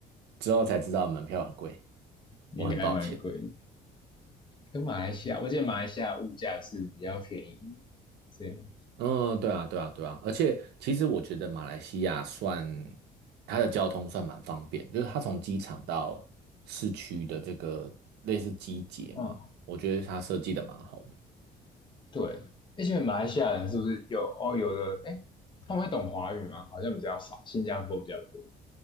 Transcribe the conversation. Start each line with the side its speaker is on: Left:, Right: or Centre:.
Right: 之后才知道门票很贵，
Left: 应该还蛮贵的。
Right: 我很抱歉。
Left: 跟马来西亚，我记得马来西亚物价是比较便宜的，所以，
Right: 嗯，对啊，对啊，对啊，而且其实我觉得马来西亚算它的交通算蛮方便，就是它从机场到市区的这个类似机捷嘛，
Left: 嗯，
Right: 我觉得它设计的蛮好的。
Left: 对，而且马来西亚人是不是有哦？有的，哎，他们会懂华语吗？好像比较少，新加坡比较多。